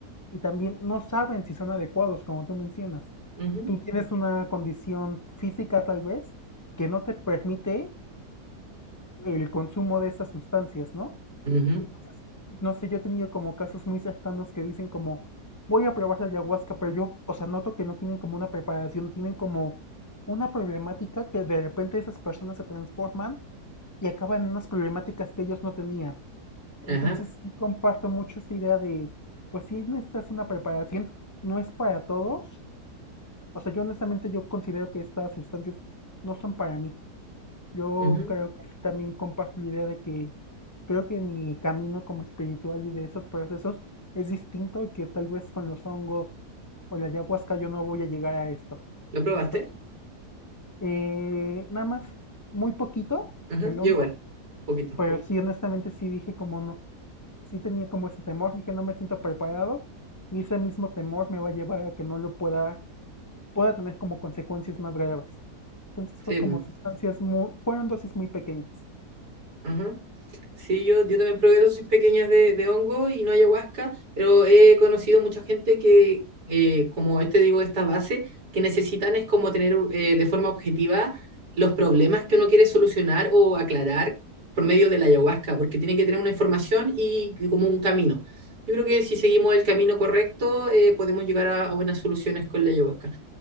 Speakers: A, on the left; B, on the right.
A: Y también no saben si son adecuados, como tú mencionas.
B: ujú,
A: Tú tienes una condición física tal vez que no te permite el consumo de esas sustancias, ¿no?
B: ujú.
A: Entonces, no sé, yo he tenido como casos muy cercanos que dicen como, voy a probar la ayahuasca, pero yo, o sea, noto que no tienen como una preparación, tienen como una problemática que de repente esas personas se transforman y acaban en unas problemáticas que ellos no tenían. Entonces,
B: Ajá,
A: sí comparto mucho esta idea de, pues sí necesitas una preparación, no es para todos. O sea, yo honestamente yo considero que estas sustancias no son para mí. Yo
B: ujú.
A: creo que sí, también comparto la idea de que creo que mi camino como espiritual y de esos procesos es distinto y que tal vez con los hongos o la ayahuasca yo no voy a llegar a esto.
B: ¿Lo probaste?
A: Entonces, eh, nada más, muy poquito
B: Ajá,
A: el hongo,
B: yo igual, poquito.
A: pero sí, honestamente sí dije como no. Sí tenía como ese temor, dije no me siento preparado y ese mismo temor me va a llevar a que no lo pueda, pueda tener como consecuencias más graves. Entonces fue
B: Sí,
A: como
B: po.
A: sustancias muy, fueron dosis muy pequeñas.
B: Ajá. Sí, yo, yo también probé dosis pequeñas de, de hongo y no ayahuasca, pero he conocido mucha gente que, eh, como este digo, esta base, que necesitan es como tener eh, de forma objetiva los problemas que uno quiere solucionar o aclarar por medio de la ayahuasca, porque tienen que tener una información y, y como un camino. Yo creo que si seguimos el camino correcto, eh, podemos llegar a, a buenas soluciones con la ayahuasca.